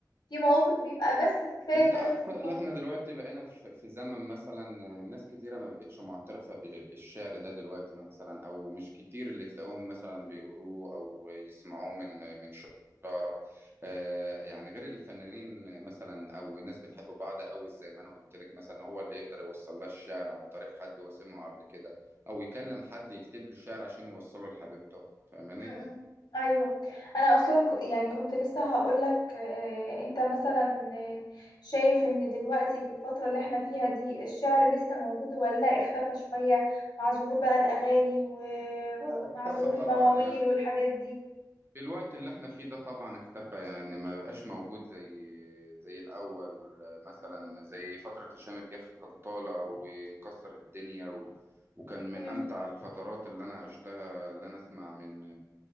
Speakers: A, on the left; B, on the right.
A: في مواقف بيبقى بس كفاية
B: انت
A: ثلاث
B: عارفة
A: سطور
B: اللي احنا دلوقتي بقينا في في زمن مثلا ناس كتيرة ما بقتش معترفة ب- بالشعر ده دلوقتي مثلا او مش كتير اللي تلاقوهم مثلا بيقروه او يسمعوه من من شعراء آه، يعني غير الفنانين مثلا او ناس بتحب بعض قوي زي ما انا قلت لك مثلا هو اللي يقدر يوصل لها الشعر عن طريق حد وسمعه قبل كده او يكلم حد يكتب له الشعر عشان يوصله لحبيبته فاهماني؟
A: مم. ايوه انا اصلا ك- يعني كنت لسه هقول لك انت مثلا آه، شايف ان دلوقتي في الفتره اللي احنا فيها دي الشعر لسه موجود ولا اختفى شويه مع ظهور بقى الاغاني و-
B: لا،
A: ومع
B: اختفى
A: ظهور
B: طبعا
A: المواويل
B: يعني
A: والحاجات دي
B: الوقت اللي احنا فيه ده طبعا اختفى يعني ما بقاش موجود زي زي الأول مثلا
A: مم.
B: زي فترة هشام الجح كان طالع ومكسر الدنيا و... وكان
A: مم.
B: من أمتع الفترات اللي أنا عشتها اللي أنا أسمع من